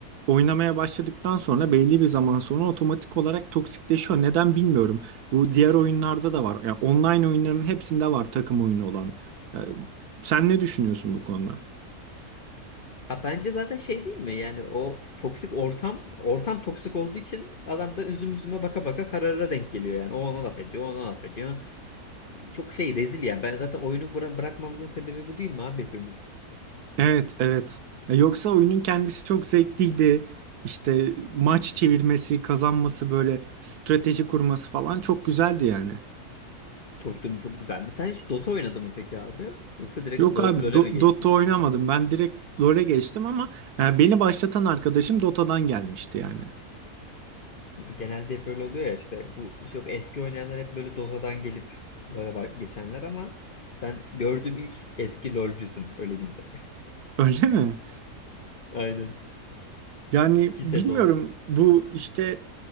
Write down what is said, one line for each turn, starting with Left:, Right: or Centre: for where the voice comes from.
Right: oynamaya başladıktan sonra belli bir zaman sonra otomatik olarak toksikleşiyor. Neden bilmiyorum. Bu diğer oyunlarda da var. Yani online oyunların hepsinde var takım oyunu olan. Ee, sen ne düşünüyorsun bu konuda?
Left: Ha, bence zaten şey değil mi? Yani o toksik ortam, ortam toksik olduğu için adam da üzüm üzüme baka baka karara denk geliyor yani. O ona laf ediyor, o ona laf ediyor. Çok şey rezil yani. Ben zaten oyunu bıra- bırakmamızın sebebi bu değil mi abi hepimiz?
Right: Evet, evet. Ya Yoksa oyunun kendisi çok zevkliydi. İşte maç çevirmesi, kazanması böyle strateji kurması falan çok güzeldi yani.
Left: Çocukluğum çok güzel mi? Sen hiç Dota oynadın mı peki abi? Yoksa direkt
Right: Yok
Left: Lo-
Right: abi
Left: LoL'e
Right: Do-
Left: mi geçtin?
Right: Dota oynamadım. Ben direkt LoL'e geçtim ama e, beni başlatan arkadaşım Dota'dan gelmişti yani.
Left: Genelde hep böyle oluyor ya işte. Bu çok eski oynayanlar hep böyle Dota'dan gelip LoL'e bak- geçenler ama ben gördüğüm ilk eski LoL'cüsün öyle diyeyim sana.
Right: <laughs> Öyle mi?
Left: <laughs> Aynen.
Right: Yani
Left: İki
Right: bilmiyorum
Left: sezon.
Right: bu işte